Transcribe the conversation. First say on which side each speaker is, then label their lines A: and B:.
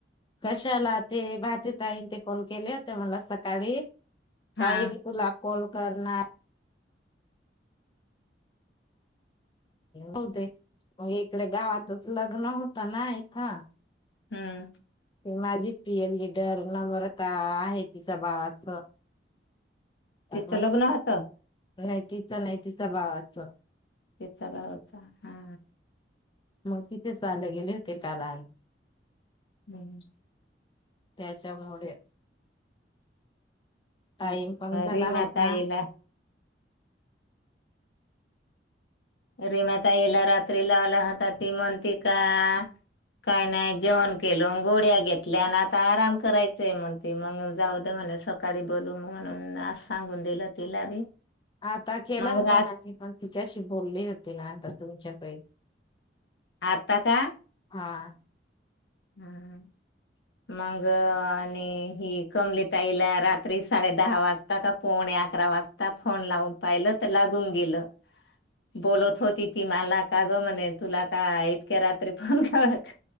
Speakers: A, on the left; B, on the left.
A: कशाला ते भारती ताईन ते कॉल केले होते मला सकाळी
B: हा
A: ताई तुला कॉल करणार हो तेग इकडे गावातच लग्न होतं ना इथं
B: हम्म.
A: ते माझी प्रिय लीडर नम्रता आहे तिच्या भावाच
B: तिचं
A: तर मग
B: लग्न
A: तिच
B: होतं.
A: नाही तिच नाही तिच भावाचं
B: त्याचा भावचा हा.
A: मग तिथे चाले गेले होते काल आइ
B: हम्म.
A: त्याच्यामुळे टाईम पण झाला
B: रीमाताईला
A: होता.
B: रीमा ताईला रात्री लावला होता ती म्हणती का काही नाही जेवण केल गोळ्या घेतल्या आणि आता आराम करायचंय म्हणती मग जाऊ दे म्हणे स काळी बोलू म्हगून अस सांगून दिलं तिला बी.
A: आता केला
B: मग
A: होता
B: रात
A: नाही पण तिच्याशी बोलली होती ना आता तुमच्या पाहि
B: आता का?
A: हा.
B: हम्म. मग आणि हि कमली ताईला रात्री साडे दहा वाजता का पावणे अकरा वाज आता फोन लावून पाहिलं तर लागून गेलं. बोलत होती ती मला का ग म्हणे तुला का इतक्या रात्री फोन कयच